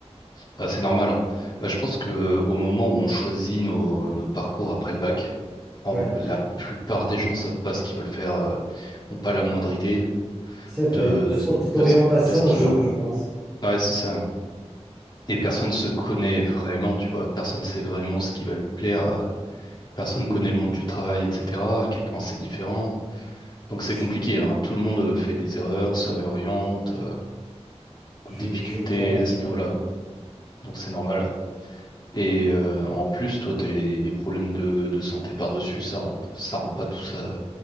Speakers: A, on the left; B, in the centre.
A: Ah, c'est normal. hein. Bah, je pense que euh, au moment où on choisit nos, nos parcours après le bac, en-
B: Ouais,
A: la plupart des gens savent pas ce qu'ils veulent faire, euh, ont pas la moindre idée
B: c'est vrai.
A: de, de,
B: Faute
A: ce
B: d'orientation,
A: de ce- de ce qui
B: je,
A: leur.
B: je pense.
A: Ouais, c'est ça. hein. Et personne se connaît vraiment, tu vois. Personne sait vraiment ce qui va lui plaire. euh, Personne
B: Si,
A: connaît le monde du travail, etc. À quel point c'est différent. Donc
B: si.
A: c'est compliqué, hein. Tout le monde euh, fait des erreurs, se réoriente, euh, beaucoup
B: Je,
A: de difficultés
B: je vois bien,
A: à ce niveau-là.
B: oui.
A: Donc c'est normal. Et euh, en plus, toi, t'as eu des, des problèmes de, de santé par-dessus, ça rend, ça rend pas tout ça